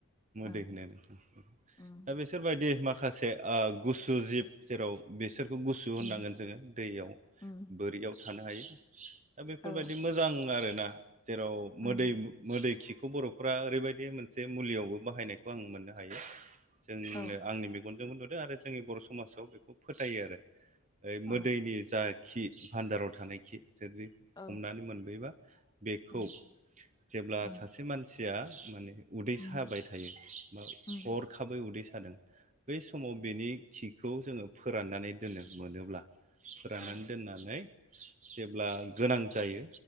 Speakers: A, on the right; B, on the left.
A: मोदै
B: ओं
A: होनो नोंथां
B: उम
A: दा बिसोरबायदि मा खासे ओ गुसु जिब जेराव बेसोर बेखौ गुसु होननांगोन
B: उम
A: जोङो दैयाव
B: उम
A: बोरियाव थानो हायो दा बेफोरबायदि
B: औ
A: मोजां आरोना जेराव
B: उम
A: मोदै मोदै खिखौ बर'फोरा ओरैबायदि बे मोनसे मुलियावबो बाहायनायखौ आं मोननो हायो जोंनो
B: औ
A: आंनि मेगनजोंबो नुदों आरो जोंनि बर' समाजाव बेखौ फोथायो आरो ओ
B: औ
A: मोदैनि जा खि भान्दाराव थानायखि जुदि
B: ओ औ
A: हमनानै मोनबोबा बेखौ
B: उम
A: जेब्ला
B: ओं
A: सासे सासे मानसिया माने उदै
B: उम
A: साबाय थायो बा
B: उम
A: हरखाबै उदै सादों बै समाव
B: उम
A: बेनि खिखौ जोङो फोराननानै दोननो मोनोब्ला फोराननानै
B: ओ
A: दोननानै जेब्ला गोनां जायो